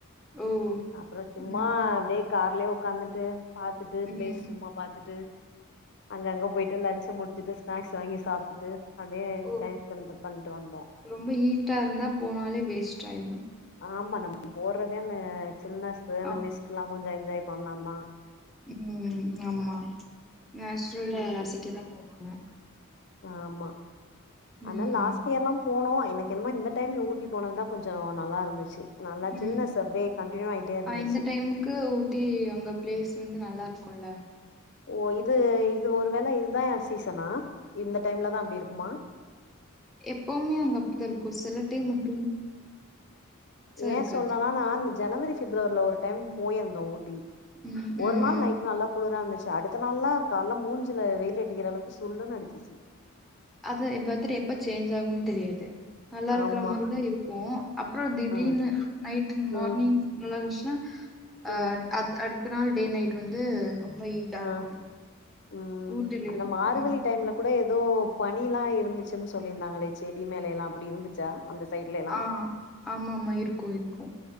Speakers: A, in the centre; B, on the left.
A: ஓ
B: அப்றோ சும்மா
A: ம் ம்
B: அதே கார்லயே உக்காந்துட்டு பாத்துட்டு பிளேஸ்
A: ம்
B: சும்மா பாத்துட்டு அங்க அங்க போயிட்டு லன்ச மு திட்டு ஸ்நாக்ஸ் வாங்கி சாப்ட்டுட்டு அப்டியே
A: ஓ
B: டைம் ஸ்பெண்ட் பண்ட்டு வந்தோ
A: ரொம்ப ஹீட்டா இருந்தா போனாலே வேஸ்ட் ஆயிரு
B: ஆமா நம்ம <inaudible> போர்ரதே அந்த சின்ன சுய அந்த
A: ஆ
B: மிஸ்ட்ல்லா கொஞ்சோ என்ஜாய் சொன்னனா
A: ம் ஆமா நேச்சுரலா
B: ம்
A: யா ரசிக்கதா போ ம்
B: ஆமா ஆனா
A: ம்
B: லாஸ்ட் இயர் எல்லாம் போனோ எனக்கு என்னமோ இந்த டைம் ஊட்டி போனதுதா கொஞ்சோ நல்லா இருந்துச்சு நல்லா
A: ம்
B: சில்னஸ் அப்டியே கண்டினியூ ஆயிட்டே இருந்துச்சு
A: அ இந்த டைமுக்கு ஊட்டி அங்க பிளேஸ் வந்து நல்லா இருக்கு குள்ள
B: ஓ இது இது ஒருவேளை இதுதா எ சீசனா இந்த டைம்லதா அப்டி இருக்குமா
A: எப்வுமே அங்க அப்டிதா இருக்கும் சில டைம் மட்டு
B: ஏ
A: இருக்காது
B: சொல்றேனா நா இந்த ஜனவரி பிப்ரவரில ஒரு டைம் போயிருந்தோ ஊட்டி
A: ம்
B: ஒரு
A: ம்
B: நாள்
A: ம்
B: நைட் நல்லா குளிரா இருந்ச் சி அடுத்த நாள் ல்லா கால்லா மூஞ்ல வெயில் அடிக்கிற அளவுக்கு சுல்லுன்னு அடிச்சிச்சி
A: அது எப்ப ஃவெதர் சேஞ்ச் ஆகும்னு தெரியாது நல்லா இருக்கற
B: ஆமா
A: மாரிதா இருக்கூ அப்பறம் திடீர்னு
B: ம்
A: நைட் மார்னிங்
B: ம்
A: லன்ச் ல அ
B: ம்
A: அது அடுத் த்த நாள் டே நைட் வந்து ரொம்ப ஹீட்டா
B: அ
A: இருக்கு
B: ம்
A: ஊட்டிலயும்
B: அந்த மார்கழி
A: ம்
B: டைம்ல கூட எ ஏதோ பனி லா இருந்துச்சுன்னு சொல்லியிருந்தாங்களே செடி மேலை லா அப்டி இருந்துச்சா அந்த சைட்ல எல்லா
A: ஆ ஆமாமா இருக்கூ இருக்கூ